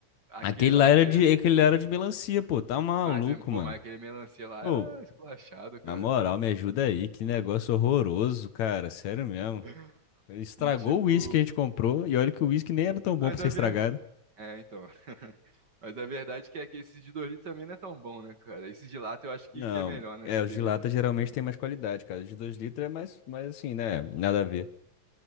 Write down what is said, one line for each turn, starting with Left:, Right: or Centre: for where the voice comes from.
Right: aquele
Left: Aquele
Right: lá,
Left: lá
Right: aquele...
Left: era de, aquele lá era de melancia, pô. Tá maluco,
Right: Mas, pô,
Left: mano.
Right: mas aquele melancia lá
Left: Pô,
Right: era esculachado, cara.
Left: na moral, me ajuda aí. Que negócio horroroso, cara. Sério mesmo.
Right: <laughs>
Left: Estragou
Right: E, tipo...
Left: o uísque que a gente comprou. E olha que o uísque nem era tão bom
Right: Mas
Left: pra
Right: a
Left: ser estragado.
Right: ver... É, então... <laughs> Mas a verdade é que esses de Doritos também não é tão bom, né, cara? Esse de lata eu acho
Left: Não,
Right: que, que é melhor, né,
Left: é,
Right: esse de
Left: os
Right: bebidas.
Left: de lata geralmente tem mais qualidade, cara. Os de 2 litros é mais, mais assim, né? Nada a ver.